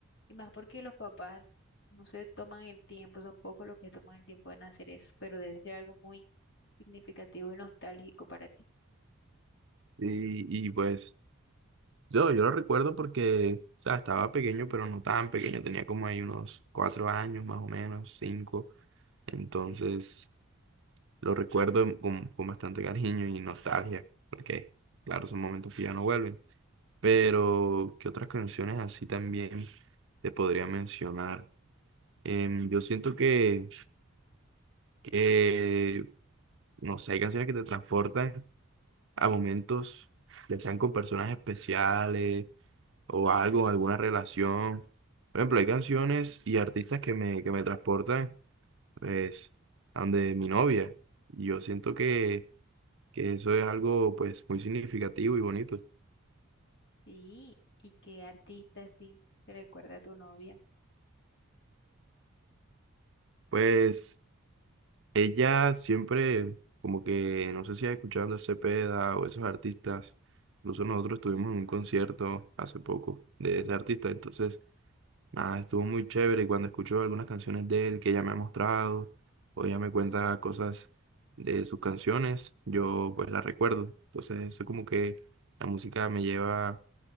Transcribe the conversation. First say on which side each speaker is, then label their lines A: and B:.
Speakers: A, on the left (about 55°); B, on the right (about 60°).
A: Y más porque los papás no se toman el tiempo, son pocos los que toman el tiempo en hacer eso, pero debe ser algo muy significativo y nostálgico para ti.
B: Y, y pues yo, yo lo recuerdo porque... O sea, estaba pequeño, pero no tan pequeño. Tenía como ahí unos cuatro años, más o menos, cinco. Entonces, Lo recuerdo con, con bastante cariño y nostalgia, porque, claro, son momentos que ya no vuelven. Pero, ¿qué otras canciones así también te podría mencionar? Em, yo siento que, que, no sé, hay canciones que te transportan a momentos, ya sean con personas especiales o algo, alguna relación. Por ejemplo, hay canciones y artistas que me, que me transportan, pues, a donde mi novia. Y Yo siento que que eso es algo pues muy significativo y bonito.
A: Sí, y qué artista así te recuerda a tu novia.
B: Pues ella siempre, como que, no sé si has escuchado a Andrés Cepeda o esos artistas, incluso nosotros estuvimos en un concierto hace poco de ese artista, entonces, nada, estuvo muy chévere y cuando escucho algunas canciones de él que ella me ha mostrado o ella me cuenta cosas de sus canciones, yo pues las recuerdo. Entonces, eso como que la música me lleva,